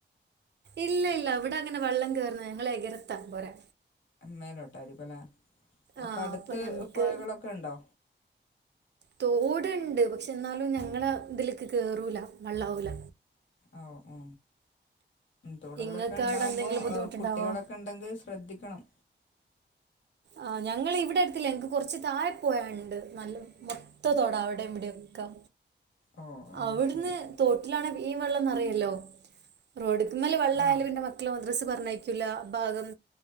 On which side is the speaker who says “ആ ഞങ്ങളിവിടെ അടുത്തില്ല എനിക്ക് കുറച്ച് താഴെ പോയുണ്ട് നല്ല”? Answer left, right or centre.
Right